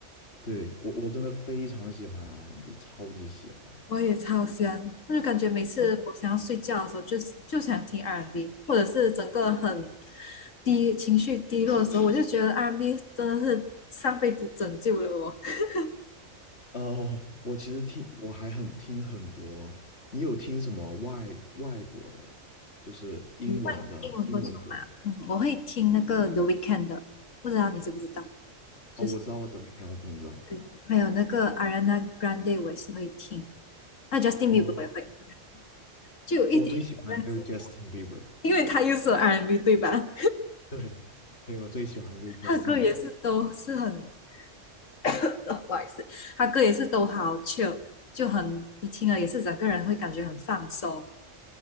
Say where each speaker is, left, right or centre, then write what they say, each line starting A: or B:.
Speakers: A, on the left; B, on the left.
A: 对，我我真的非常喜欢 R&B，超级喜欢。
B: 我也超喜欢，我就感觉每次我想要睡觉的时候就，
A: 那
B: 就想听 R&B，或者是整个很低情绪低落的时候，我就觉得 R&B 真的是上辈子拯救了我。<laughs>
A: 呃，我其实听我还很听很多。你有听什么外外国的，就是英文的英文歌吗
B: 你会英文歌手吗？嗯，我会听那个 The Weeknd 的，不知道你知不知道？就是
A: 哦，我知道，The Weeknd，我肯定知道。
B: 对，还有那个 Ariana Grande 我也是会听，那 Justin
A: 哦，
B: Bieber 我也会，就有一点点这样子，
A: 我最喜欢的就是 Justin Bieber，
B: 因为他又是 R&B 对吧？
A: 对，对，我最喜欢的就是 Justin
B: 他歌也是都是很，
A: Bieber，
B: <laughs> 不好意思，他歌也是都好 chill，就很你听了也是整个人会感觉很放松。